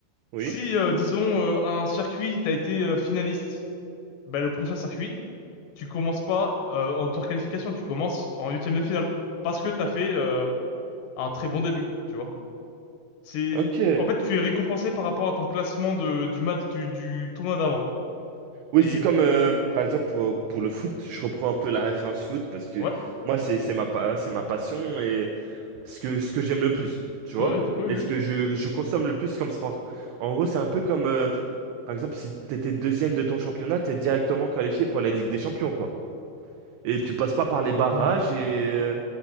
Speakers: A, on the right (about 85°); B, on the left (about 75°).
A: oui.
B: Si, euh, disons, euh, un circuit, t'as été euh, finaliste, ben, le prochain circuit, tu commences pas euh, en tour qualification, tu commences en huitième de finale. Parce que t'as fait euh, un très bon début, tu vois. C'est...
A: Ok.
B: En fait, tu es récompensé par rapport à ton classement de, du match, du, du tournoi d'avant.
A: Oui,
B: Et...
A: c'est comme, euh, par exemple, pour, pour le foot, je reprends un peu la référence foot parce que
B: ouais
A: moi, c'est c'est ma, pa- c'est ma passion et ce que, ce que j'aime le plus, tu
B: Oui,
A: vois?
B: oui, oui.
A: Et ce que je, je consomme le plus comme sport. En gros, c'est un peu comme, euh, par exemple, si t'étais deuxième de ton championnat, t'es directement qualifié pour la Ligue des Champions, quoi. Et tu passes pas par les barrages
B: Hmm.
A: et, euh,